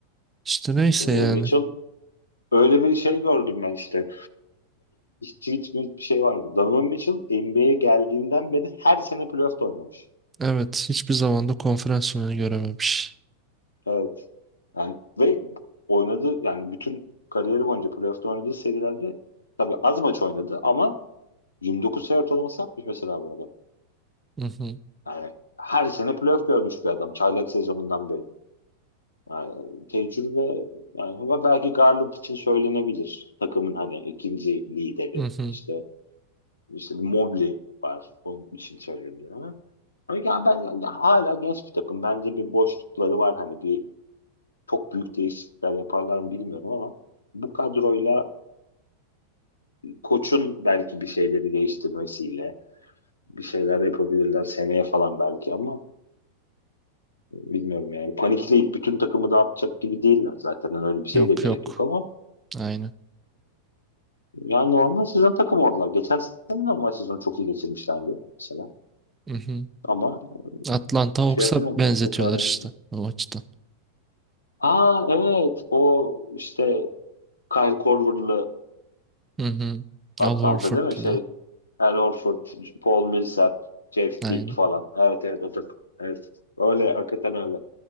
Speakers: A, on the right; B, on the left.
A: İşte neyse
B: Donovan
A: yani.
B: Mitchell öyle bir şey gördüm ben işte. Tweet mi bir şey vardı. Donovan Mitchell NBA'ye geldiğinden beri her sene playoff'ta oynamış.
A: Evet hiçbir zaman da konferans finali görememiş.
B: Evet. Yani ve oynadı yani bütün kariyeri boyunca playoff'ta oynadığı serilerde tabii az maç oynadı ama 29 sayı ortalaması yapmış mesela bu adam.
A: Hı hı,
B: Yani her sene playoff görmüş bir adam çaylak sezonundan beri. Yani tecrübe yani ama belki Garland için söylenebilir. Takımın hani ikinci lideri.
A: hı hı.
B: İşte işte Mobley var. Onun için söyleniyor ama. Ama yani ben yani hala genç bir takım. Bence bir boşlukları var hani bir Çok büyük değişiklikler yaparlar mı bilmiyorum ama bu kadroyla koçun belki bir şeyleri değiştirmesiyle bir şeyler yapabilirler seneye falan belki ama bilmiyorum yani. Panikleyip bütün takımı dağıtacak gibi değiller zaten. Yani öyle bir şeye
A: Yok
B: de gerek
A: yok.
B: yok ama
A: Aynen.
B: yani normal sezon takımı oldular. Geçen sene normal sezonu çok iyi geçirmişlerdi mesela.
A: Hı hı.
B: Ama
A: Atlanta Hawks'a
B: şey yapamadılar,
A: benzetiyorlar
B: toparlayamadılar.
A: işte o açıdan.
B: Aa evet o işte Kyle Korver'lı
A: Hı hı.
B: Atlanta
A: Al Horford'la.
B: değil mi? Şey Al Horford, Paul Millsap, Jeff
A: Aynen.
B: Teague falan. Evet evet o takım. Evet. Öyle hakikaten öyle.